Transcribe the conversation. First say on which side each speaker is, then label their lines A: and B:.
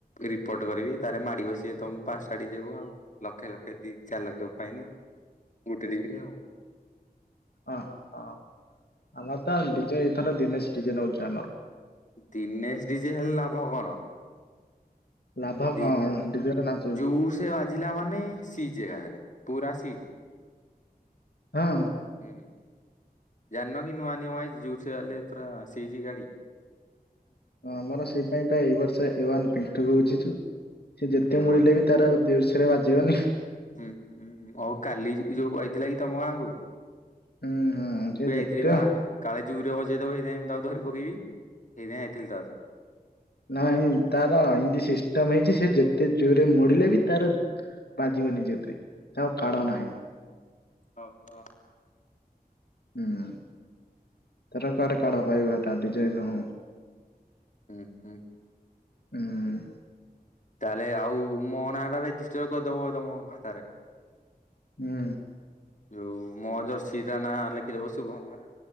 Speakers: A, on the left; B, on the left.
A: ରିପୋର୍ଟ କରିବି ତାରେ ମାଡି ବସିବେ ତମ ପାଞ୍ଚଟା ଡିଜେ କୁ ଆଉ ଲ ଲକ୍ଷେ ଲକ୍ଷେ ଦି ଚାରି ଲକ୍ଷ ଫାଇନି ଗୋଟେ ଦିନରେ ଆଉ।
B: ଅ ହ ଆମର ତ ଡିଜେ ଏଥର ଦିନେଶ ଡି ଜେ ନଉଚୁ ଆମର।
A: ଦିନେଶ ଡି ଜେ ହେଲେ ଲାଭ କଣ
B: ଲାଭ
A: ତିନ
B: କଣ ଡିଜେରେ ନାଚିବୁ
A: ଯୋଉ ସେ ବାଜିଲା ମାନେ ସି ଜି ଏକା ଥରେ ପୁରାସିଜି।
B: ହଁ
A: ହୁଁ। ଜାନ କି ନୂଆ ନିୟମ ଆଇଚି ଜୁଠ ବାଲେ ପୁରା ସିଜି ଗାଡି
B: ଆମର ସେଇପାଇ ତ ଏଇ ବର୍ଷ ଏ ୱାନ ପିଣ୍ଟୁକୁ ବୁଝିଛୁ। ସେ ଯେତେ
A: ଏ
B: ମୁଳିଲେ
A: ୱାନ୍ ମିନିଟ୍
B: ବି ତାର
A: ରୁହ।
B: ଦର୍ଶରେ ବାଜିବନି
A: ହୁଁ ହୁଁ ଆଉ କାଲି ଯୋଉ ଆଇଥିଲା କି ତମ ଗାଁ କ
B: ହୁଁ ହୁଁ ସେ
A: ତୁ ଯାଇଥିଲ
B: ଯେତେ
A: ବା କାଳେ ଜୁରେ ବଜେଇ ଦବ ହେଇଥିପାଇଁ ମୁଁ ତାକ ଧରି ପକେଇବି ହେଇଥିପାଇଁ ଯାଇଥିଲି ତା ସହ
B: ନାଇଁ ତାର ଏମତି ସିଷ୍ଟମ ହେଇଛି ସେ ଯେତେ ଜୋରେ ମୋଡିଲେ ବି ତାର ବାଜିବନିି ଯେତେ ଆଉ କାଢ ନାହିଁ।
A: ଓ ହୋ।
B: ହୁଁ ତାର କୁଆଡେ କାଢ ପାଇବା ଏଟା ଡିଜାଇ ନ ହଉ।
A: ହୁଁ ହୁଁ
B: ହୁଁ।
A: ତାହେଲେ ଆଉ ମୋ ନାଁ ଟା ରେଜିଷ୍ଟର କରିଦବ ତମ ଖାତାରେ
B: ହୁଁ
A: ଯୋଉ ମୋ ଜର୍ସିଟ ନା ଲେଖିଦବ ଶୁଭମ ହେଲା।